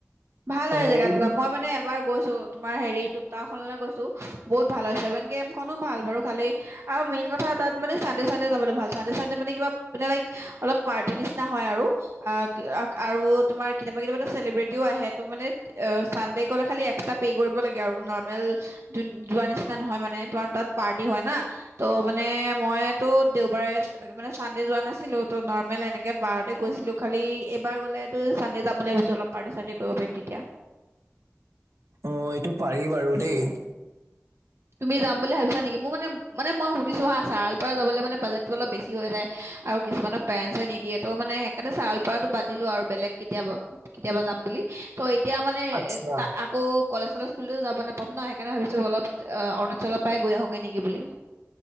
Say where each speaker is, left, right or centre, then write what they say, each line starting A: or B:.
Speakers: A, on the right (about 60°); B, on the right (about 75°).
A: ভাল হয়
B: অ
A: জেগা
B: এইটো
A: টুকুৰা, মই মানে এবাৰ গৈছো তোমাৰ হেৰি তুংটাও খনলৈ গৈছো। বহুত ভাল হয়, ছেভেন কে এম খনো ভাল বাৰু খালি আৰু মেইন কথা তাত মানে চানডে চানডে যাবলৈ ভাল চানডে চানডে মানে কিবা মানে লাইক অলপ পাৰ্টি নিচি না হয় আৰু আঁহ আ আৰু তোমাৰ কেতিয়াবা কেতিয়াবাটো চেলিব্ৰেটিও আহে টো মানে চানডে গলে খালি এক্সট্ৰা পে' কৰিব লাগে আৰু নৰ্মেল যোৱা নিচিনা নহয় মানে তোমাৰ তাত পাৰ্টি হয় না। ত' মানে মই তো দেওবাৰে মানে চানডে যোৱা নাছিলো ত নৰ্মেল এনে কে বাৰতে গৈছিলো খালি এইবাৰ গলেতো চানডে যাম বুলি ভাবিছো অলপ পাৰ্টি চাৰ্টি কৰিব পাৰিম তেতিয়া।
B: অহ এইটো পাৰি বাৰু দেই।
A: তুমি যাম বুলি ভাবিছা নেকি মোৰ মানে মানে মই সুধিছো হা চাৰাল পৰা যাবলৈ মানে বাজেটটো অলপ বেছি হৈ যায়। আৰু কিছুমানৰ পেৰেণ্টচে নিদিয়েতো মানে সেইকাৰণে ছাৰাল পাৰাতো বাদদিলো আৰু বেলেগ কেতিয়াবা কেতিয়াবা যাম বুলি। ত' এতিয়া মানে
B: আচ্ছা
A: এ ত আকৌ কলেজ চলেজ খুলিলেও যাব নাপাম ন সেইকাৰণে ভাবিছোঁ অলপ অহ অৰুণাচলত পাই গৈ আহোগে নেকি বুলি।